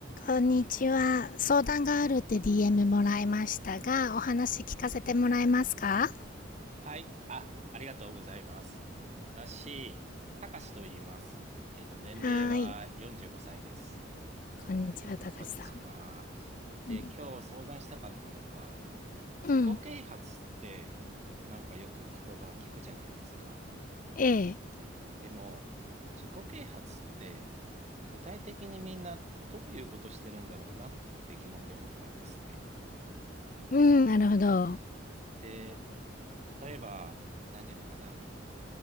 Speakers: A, on the left; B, on the right.
A: こんにちは。相談があるって DM もらいましたが、お話聞かせてもらえますか
B: はい。あ、ありがとうございます。私、たかしと言います。えっと、年齢は45歳です。
A: はーい。こんにちは、たかしさ
B: こんにちは。で、
A: ん。うん。
B: 今日相談したかったのが、自己啓発ってなんかよく言葉聞くじゃないですか。
A: うん。ええ。
B: でも、自己啓発って具体的にみんなどういうことしてるんだろうなって疑問に思ったんですね。
A: うん、なるほど。
B: で、例えば、なんていうのかな。